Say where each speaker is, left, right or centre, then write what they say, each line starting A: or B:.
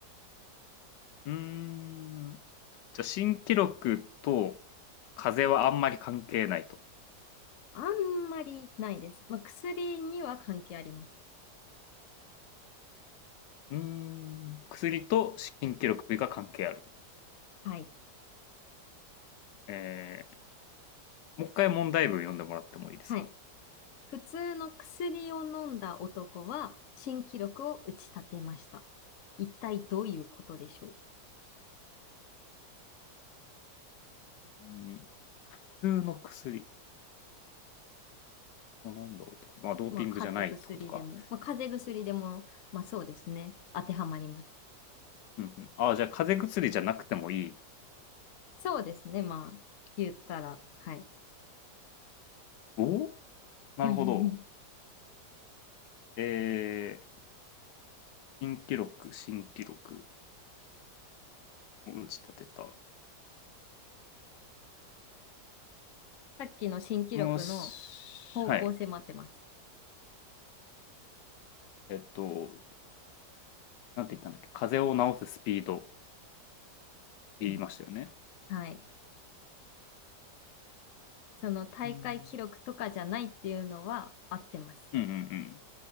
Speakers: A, on the left; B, on the left.
A: うーん。じゃあ、新記録と風邪はあんまり関係ないと。
B: あんまりないです。まあ、薬には関係あります。
A: うーん。薬と新記録が関係ある。
B: はい。
A: えー、もう一回問題文読んでもらってもいいですか
B: はい。普通の薬を飲んだ男は新記録を打ち立てました。一体どういうことでしょ
A: うん。普通の薬。あなんだろうと。まあ、ドーピングじゃないってことか。
B: うまあ、風邪薬でも、まあ、風邪薬でも、まあそうですね。当てはまります。
A: うんうん。あじゃあ、風邪薬じゃなくてもいい。
B: そうですね。まあ、言ったら、はい。
A: おおなるほど。
B: <laughs>
A: えー、新記録、新記録を打ち立てた。
B: さっきの新記録の
A: もし、
B: 方向性も合ってます。
A: はい。えっと、なんて言ったんだっけ、風邪を治すスピードって言いましたよね。
B: うん。はい。その大会記録とかじゃないっていうのは合ってます。
A: うんうんうんうん。